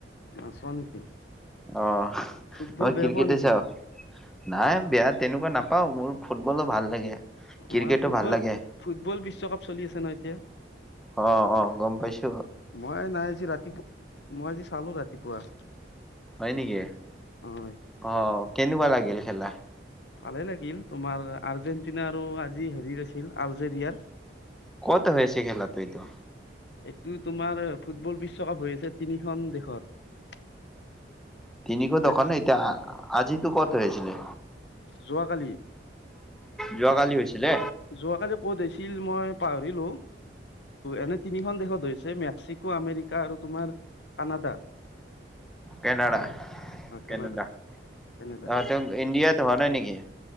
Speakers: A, on the left; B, in the centre.
A: নাচোৱা নেকি?
B: অ'!
A: ফুটবল
B: অ'!
A: বেয়া
B: ক্ৰিকেটে
A: পোৱা নেকি
B: চাওঁ? নাই বেয়া তেনেকুৱা নাপ পাও মোৰ ফুটবলো ভাল লাগে! ক্ৰিকেটো
A: মই ফুটবল,
B: ভাল লাগে
A: ফুটবল বিশ্বকাপ চলি আছে নহয় এতিয়া।
B: অ'! অ'! গম পাইছোঁ।
A: মই নাই আজি ৰাতিপুৱা মই আজি চালোঁ ৰাতিপুৱা।
B: হয় নেকি?
A: হয়
B: অ'! কেনেকুৱা লাগিল খেলা
A: ভালে লাগিল! তোমাৰ আৰ্জেণ্ট আৰ্জেটিনা আৰু আজি হেৰিত আছিল আলজেৰিয়াৰ।
B: ক'ত হৈছে খেলাতো এইতো?
A: এইটো তোমাৰ ফুটবল বিশ্বকাপ হৈ আছে তিনিখন দেশত।
B: তিনিখন
A: মেক্স
B: এতিয়া, আজিতো ক'ত হৈ আছিলে।
A: যোৱাকালি
B: যোৱাকালি হৈছিলে?
A: যোৱাকালি ক'ত হৈছিল মই পাহৰিলোঁ। এনে তিনিখন দেশত হৈছে মেক্সিকো আমেৰিকা আৰু তোমাৰ কানাডা।
B: কেনাডা,
A: অ কানাডা
B: কেনেডা।
A: কেনেডা
B: অ'! ইণ্ডিয়াত হোৱা নাই নেকি?